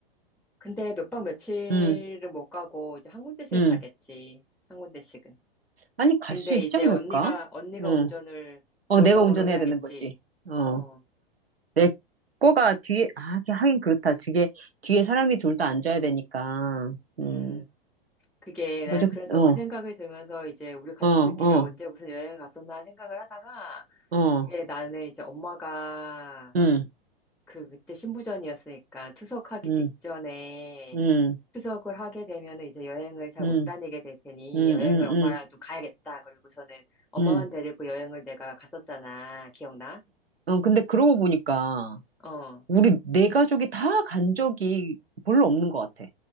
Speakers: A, in the centre; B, on the right.
A: 근데 몇 박 며칠은
B: 응,
A: 못 가고, 이제 한 군데씩
B: 응.
A: 가겠지. 한 군데씩은.
B: 아니 갈
A: 근데
B: 수 있지
A: 이제
B: 않을까?
A: 언니가, 언니가
B: 응.
A: 운전을
B: 어,
A: 몰빵으로
B: 내가 운전해야
A: 해야겠지.
B: 되는 거지. 어,
A: 어,
B: 내 거가 뒤에 아 하긴 그렇다. 저게 뒤에 사람이 둘 다 앉아야 되니까. 음,
A: 음. 그게,
B: 먼저
A: 난
B: 그-
A: 그래서
B: 어.
A: 그 생각이 들면서 이제 우리 가족들끼리
B: 어, 어,
A: 언제 무슨 여행을 갔었나 생각을 하다가,
B: 어,
A: 이게 나는 이제 엄마가
B: 응,
A: 그 그때 신부전이었으니까 투석하기
B: 응,
A: 직전에
B: 응,
A: 투석을 하게 되면은 이제 여행을 잘
B: 응,
A: 못 다니게 될 테니
B: 응, 응,
A: 여행을 엄마랑
B: 응,
A: 좀 가야겠다. 그리고 저는 엄마만
B: 응.
A: 데리고 여행을 내가 갔었잖아. 기억나?
B: 어, 근데 그러고 보니까
A: 어,
B: 우리 네 가족이 다 간 적이 별로 없는 것 같아.